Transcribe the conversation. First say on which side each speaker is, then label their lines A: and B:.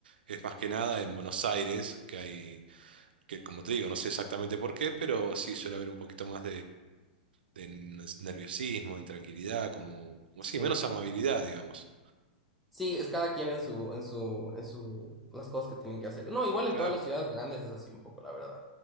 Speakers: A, on the right; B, in the centre.
A: Es más que nada en Buenos Aires, que hay, que como te digo, no sé exactamente por qué, pero sí suele haber un poquito más de nerviosismo, de intranquilidad, como, como
B: Sí.
A: sí, menos amabilidad, digamos.
B: Sí, es cada quien en su, en su, en su, las cosas que tienen que hacer. No, igual
A: Claro.
B: en todas las ciudades grandes es así un poco, la verdad.